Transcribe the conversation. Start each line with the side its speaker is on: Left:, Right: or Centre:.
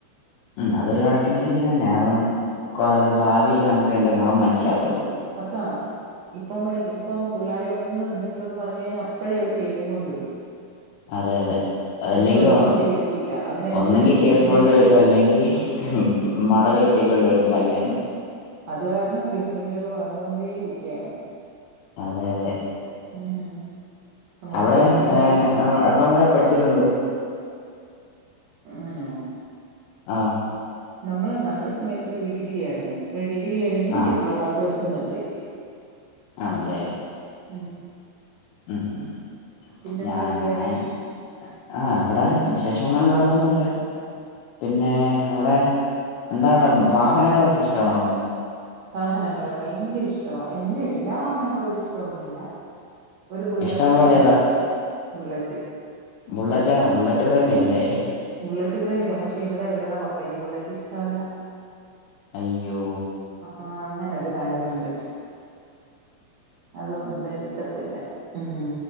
Left: മ് അതൊരു കണക്കിന് ശെരി തന്നേ അറൺ മിക്കവാറ് ഭാവില് നമുക്ക് അയ്ന്റെ ഗുണം മനസ്സിലാകത്തൊള്ളൂ
Right: അത്താ ഇപ്പംപേടി ഇപ്പം പിള്ളാരെ ഒന്ന് എന്തെങ്കിലും ഒന്ന് പറഞ്ഞ് അഴ്ഞ്ഞാഅപ്പഴേ അവര് കേസും കൊണ്ടുവെരും
Left: അതേ അതേ അതല്ലെങ്കി
Right: അവരൊന്നും
Left: ഒ
Right: ചെയ്യത്തുമില്ല. അതിനനുസരിച്ച്
Left: ഒന്നെങ്കി കേസ്
Right: ക്രിമിനലുകള്
Left: കൊണ്ട് വരും അല്ലെങ്കി കം മടല് വെട്ടിക്കൊണ്ട് വെരുംതല്ലാൻ
Right: അത് കാരണം ക്രിമിനലുകള് വളർന്നുകൊണ്ടേ ഇരികയാണ്
Left: അതെ അതെ
Right: ഉം. നമ്മള്
Left: അവിടെ
Right: പത്രങ്ങളിലും
Left: ഏഗെ
Right: ടി
Left: ഓ എവിടം വെരേ പഠിച്ചിട്ടുണ്ട്
Right: ഞ്ഞാനോ
Left: ആഹ്
Right: ന്നമ്മള് ന്നമ്മ്ടെ സമയത്ത് പ്രീ ഡിഗ്രി ആയിരുന്നു പ്രീ ഡിഗ്രി കഴിഞ്ഞു
Left: ആ
Right: ഡിപ്ലോമ കോഴ്സും അപ്ലറ്റ് എയ്ത്
Left: ആണ്ലേ
Right: മ്
Left: ഉം ഉം
Right: പിന്നെന്തോണ്ട്
Left: ഞാ ഞാൻ
Right: വേറെ വിശേഷം
Left: ആഹ് ഇവിടേ വിശേഷങ്ങൾ വേറൊന്നുല്ല പിന്നേ അവിടെ എന്താണ് വാഹനങ്ങളൊക്കെ ഇഷ്ടാണോ
Right: വാഹനങ്ങള് ഭയങ്കര ഇഷ്ടവാ എല്ല എല്ലാ വാഹനത്തോടും ഇഷ്ടം ഒന്നുല്ല ഒരു ബുള്ളറ്റ്
Left: ഇഷ്ടമുള്ളത്
Right: പ്രേമിയാണ് ബുള്ളറ്റ്
Left: ബുള്ളറ്റോ ബുള്ളറ്റ് പ്രേമിയല്ലേ
Right: ബുള്ളറ്റ് പ്രേമിയാ പക്ഷെ ഇവിടെ ഇവരുടെ പപ്പയ്ക്ക് ബുള്ളറ്റ് ഇഷ്ട അല്ല
Left: അയ്യോ
Right: അ ആഹ്, അങ്ങനൊര് കാര്യംഒണ്ട് അതുകൊണ്ട് എട്ക്കത്തില്ല. മ്